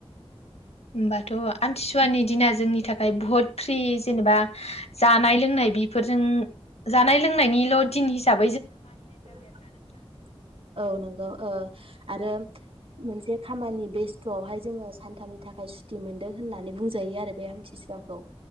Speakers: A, on the left (about 80°); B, on the right (about 60°).
A: होमबाथ आमथिसुवानि दिना जोंनि थाखाय बुहुत फ्रि जेनेबा जानाय लोंनाय बेफोरजों जानाय लोंनायनिल थिं हिसाब
B: <inaudible> औ नंगौ ओ आरो मोनसे खामानि बेस्थआवहाय जोङो सानथामनि नि थाखाय सुटि मोनदों होननानै बुंजा जायो आरो बे आमथिसुवाखौ